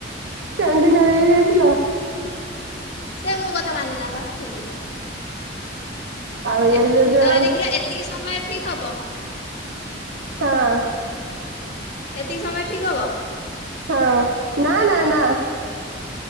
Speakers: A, on the right (about 90°); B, on the left (about 65°).
A: ଚଣ୍ଡୀ ନାଁ ଦେଇ ଦେଇଥିଲ।
B: ସେ ମୋ କଥା ମାନେନା ବା ସେଇଥିପାଇଁ।
A: ଆଉ
B: ଏ ଉଁ,
A: ଯୋଉ ଜଣ
B: ତ ଦେଖିଲ ଏତିକି ସମୟ ଠିକ ହବ?
A: ହଁ।
B: ଏତିକି ସମୟ ଠିକ୍ ହବ?
A: ହଁ ନା, ନା, ନା।